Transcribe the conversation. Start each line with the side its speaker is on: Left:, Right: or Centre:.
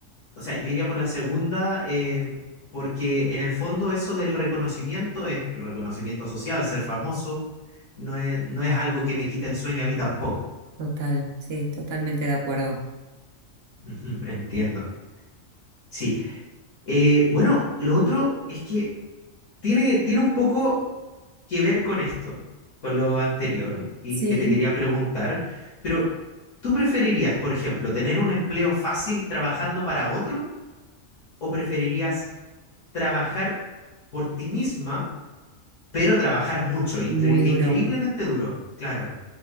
Left: O sea, yo iría por la segunda eh, porque en el fondo eso del reconocimiento es el reconocimiento social, ser famoso, no es, no es algo que me quite el sueño a mí tampoco.
Right: total, sí, totalmente de acuerdo.
Left: Ujú, entiendo. Sí. Eh, bueno, lo otro es que tiene, tiene un poco que ver con esto, con lo anterior, y
Right: Sí.
Left: que te quería preguntar, pero ¿tú preferirías, por ejemplo, tener un empleo fácil trabajando para otro o preferirías trabajar por ti misma, pero trabajar mucho, incre-
Right: Muy duro.
Left: increíblemente duro? Claro,